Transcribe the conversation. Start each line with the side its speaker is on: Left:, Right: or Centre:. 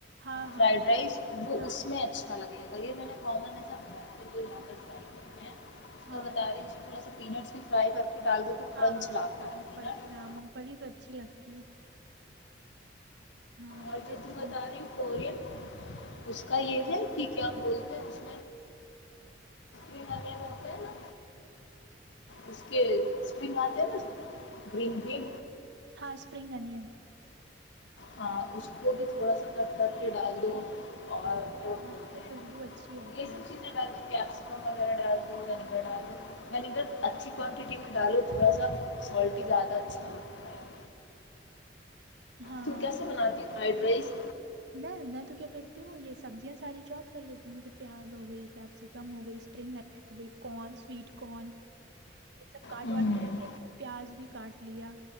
Right: ہاں
Left: فرائڈ
Right: ہاں
Left: رائس وہ
Right: ہاں
Left: اس میں اچھا لگتا میں نے کامن ایسا یہاں پر س کرتے ہیں اس
Right: ہاں
Left: کو بتا رہی تھوڑا سا پینٹس کی فرائی کر کے ڈال دو تو
Right: ہاں
Left: کرنچ لاتا
Right: مونفلی
Left: ہے پینٹ
Right: ہاں م پھی تو اچھی لگتی ہے ہاں وہ
Left: اور
Right: بھی
Left: جو
Right: اچھی
Left: تم بتا
Right: لگتی،
Left: رہیم کورین اس کا یہ ہے کہ کیا بولتے ہیں اس میںپ ہوتے ہے نا اس کے اسپن آتے ہیں نا گن گ
Right: ہاں اسپرنگ انن
Left: ہاں اس کو بھی تھوڑا سا کٹ کر کے ڈال دو اور وہ بولتے
Right: ہاں اس سے
Left: ہیں
Right: خوشبو اچھی آتی
Left: یہ سب
Right: ہے
Left: چیزیں ڈالی کیپسیکم وغیرہ ڈال دو وینیگر ڈال دو وینیگر اچھی کوانٹٹی میں ڈالو تھوڑا سا سالٹ ہی زیادہ اچھا ہوگتا ہے
Right: ہاں
Left: تو کیسا بناتی فرائڈ رائس
Right: میں میں تو کیا کرتی ہوں یہ سبزیاں ساری چاپ کر لیتی ہوں جیسے پیاز ہو گئی کیپسیکم ہو گئی اسپرنگ انین ہو گئی کن سویٹ کن یہ سب کاٹ
Left: ہوں
Right: واٹ کے رکھ لیتی ہوں پیاز بھی کاٹ لیا